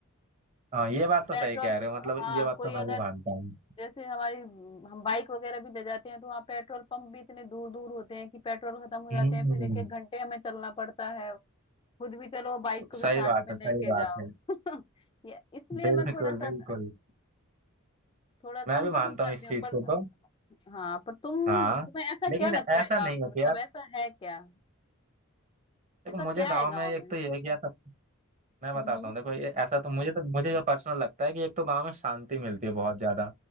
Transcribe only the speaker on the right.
हाँ ये बात तो
सही कह रहे हो
मतलब ये बात
तो
मैं भी मानता हूँ
हम्म
स-
सही
बात
है
सही बात
है
बिल्कुल
बिल्कुल
मैं
भी मानता
हूँ
इस
चीज
को तो
हाँ
लेकिन
ऐसा
नहीं होता
यार
देखो
मुझे
गांव
में एक
तो ये है कि यार सब मैं बताता
हूँ देखो ये ऐसा तो मुझे तो मुझे जो पर्सनल लगता है कि एक तो गांव में शांति मिलती है बहुत ज्यादा